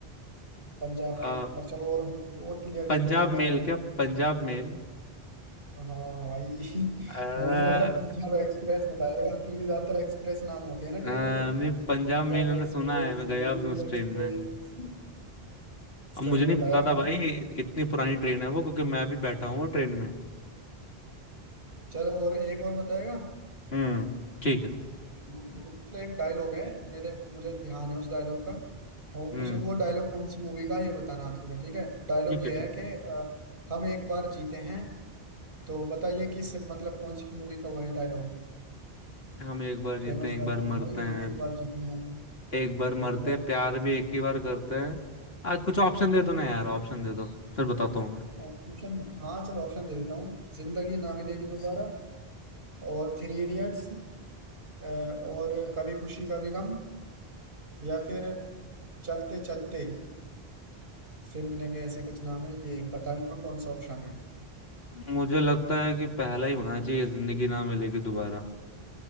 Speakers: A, on the right (about 60°); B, on the left (about 75°).
A: पंजाब
B: आ,
A: के ऊपर चलो और और क्लियर
B: पंजाब
A: कर दिया तुम्हारा
B: मेल
A: हिंट
B: क्या पंजाब मेल
A: हाँ भाई <laughs>
B: आ,
A: मुझे लगा
B: <laughs>
A: पंजाब एक्सप्रेस बताएगा क्योंकि ज्यादातर एक्सप्रेस नाम होते हैं ना
B: आ,
A: ट्रेन के
B: मैं पंजाब
A: पंजाब
B: मेल मैंने
A: एक्सप्रेस
B: सुना है मैं गया
A: दुलुलु
B: भी हूँ उस
A: एक्सप्रेस
B: ट्रेन में
A: <laughs>
B: अब
A: सही
B: मुझे नहीं
A: बताया
B: पता
A: यार
B: था भाई इत- इतनी पुरानी ट्रेन है वो क्योंकि मैं भी बैठा हूँ वो ट्रेन में
A: चलो और एक और बताएगा
B: हम्म ठीक है
A: मतलब एक डायलॉग है मेरे मुझे ध्यान है उस डायलॉग का और
B: हम्म
A: उस वो डायलॉग कौन सी मूवी का है, ये बताना है तुझे ठीक है डायलॉग
B: ठीक
A: ये
B: है ठीक
A: है
B: है
A: कि अ, हम एक बार जीते हैं तो बताइए किस मतलब कौन सी मूवी का वो है डायलॉग
B: हम एक बार जीते
A: फेमस
B: हैं एक
A: डायलॉग
B: बार
A: है
B: मरते
A: भाई
B: हैं
A: हम एक बार जीते हैं
B: एक बार
A: एक
B: मरते
A: बार
B: प्यार भी एक ही बार करते हैं आज कुछ ऑप्शन दे दो ना यार ऑप्शन दे दो फिर बताता हूँ मैं
A: ऑप्शन हाँ चलो ऑप्शन दे देता हूँ जिंदगी ना मिलेगी दोबारा और थ्री इडियट्स और कभी खुशी कभी गम या फिर चलते चलते फिर मिलेंगे ऐसे कुछ नाम है ये पता भी इनमें कौन सा ऑप्शन है
B: मुझे लगता है कि पहला ही होना चाहिए जिंदगी ना मिलेगी दोबारा